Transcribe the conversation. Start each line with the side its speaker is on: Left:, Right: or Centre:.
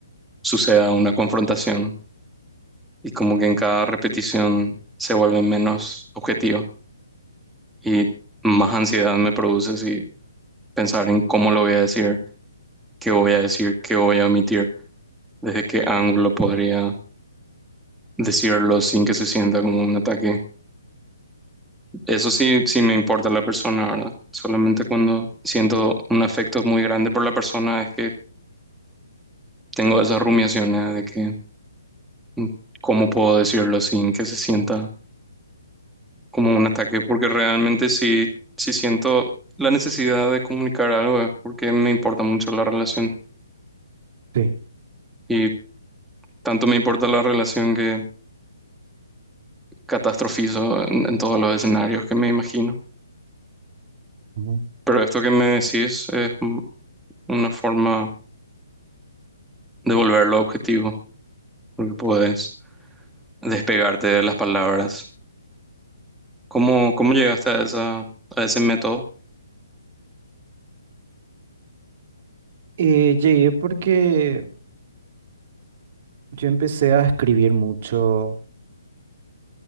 Centre: suceda una confrontación y como que en cada repetición se vuelve menos objetivo y más ansiedad me produce si pensar en cómo lo voy a decir, qué voy a decir, qué voy a omitir, desde qué ángulo podría decirlo sin que se sienta como un ataque. Eso sí, sí me importa la persona, ¿verdad? Solamente cuando siento un afecto muy grande por la persona es que tengo esas rumiaciones de que mm, cómo puedo decirlo sin que se sienta como un ataque, porque realmente si si siento la necesidad de comunicar algo, es porque me importa mucho la relación
Right: Sí.
Centre: y tanto me importa la relación que catastrofizo en, en todos los escenarios que me imagino.
Right: ujú.
Centre: Pero esto que me decís es un- una forma de volverlo objetivo, porque puedes despegarte de las palabras. ¿Cómo, cómo llegaste a esa, a ese método?
Right: Eh, llegué porque yo empecé a escribir mucho